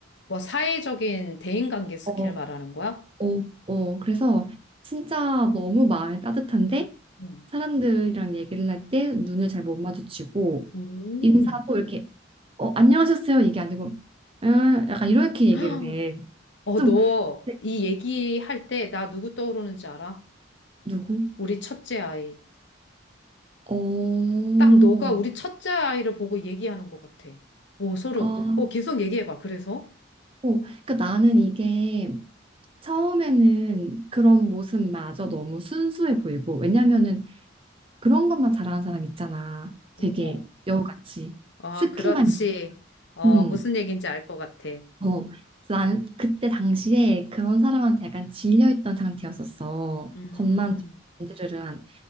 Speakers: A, on the left (about 60°); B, on the right (about 25°).
A: 뭐 사회적인 대인관계 스킬
B: 어,
A: 말하는 거야?
B: 어, 어, 그래서 진짜 너무 마음이 따뜻한데
A: 응.
B: 사람들이랑 얘기를 할 때 눈을 잘 못 마주치고
A: 음.
B: 인사도 이렇게 어, 안녕하셨어요 이게 아니고 음, 약간 이렇게 얘기를
A: 헉,
B: 해.
A: 어,
B: 좀
A: 너
B: 네.
A: 이 얘기할 때 나 누구 떠오르는지 알아?
B: 누구?
A: 우리 첫째 아이.
B: 어.
A: 딱 너가 우리 첫째 아이를 보고 얘기하는 것 같아. 오, 소름.
B: 어,
A: 어, 계속 얘기해봐. 그래서?
B: 오, 그러니까 나는 이게 처음에는 그런 모습마저 너무 순수해 보이고, 왜냐면은 그런 것만 잘하는 사람 있잖아.
A: 어,
B: 되게
A: 어.
B: 여우같이.
A: 아,
B: 스킬만,
A: 그렇지. 어,
B: 음,
A: 무슨 얘기인지 알 것 같아.
B: 어. 그래서 난 그때 당시에 그런 사람한테 약간 질려있던 상태였었어.
A: 음,
B: 겉만
A: 음,
B: 건드르르한.